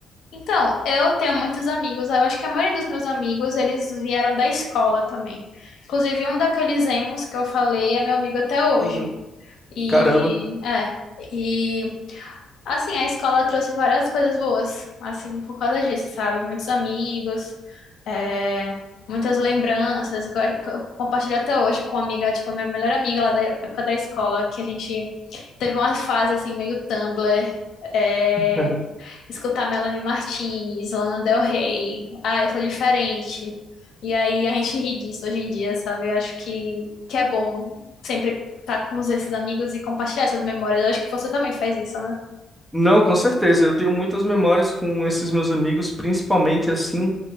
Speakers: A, on the left (about 70°); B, in the centre.
A: Então, eu tenho muitos amigos. Eu acho que a maioria dos meus amigos, eles vieram da escola também. Inclusive, um daqueles emos que eu falei é meu amigo até hoje.
B: Uhum.
A: E,
B: Caramba.
A: é, e assim, a escola trouxe várias coisas boas, assim, por causa disso, sabe? Muitos amigos, é, muitas lembranças que eu, acho que eu compartilho até hoje com uma amiga, tipo, a minha melhor amiga lá da época da escola, que a gente teve uma fase, assim, meio Tumblr. é,
B: <laughs>
A: escutar Melanie Martinez, Lana Del Rey. Ah, eu sou diferente. E aí a gente ri disso hoje em dia, sabe? Eu acho que, que é bom sempre estar com os- esses amigos e compartilhar essas memórias. Eu acho que você também faz isso, né?
B: Não, com certeza. Eu tenho muitas memórias com esses meus amigos, principalmente assim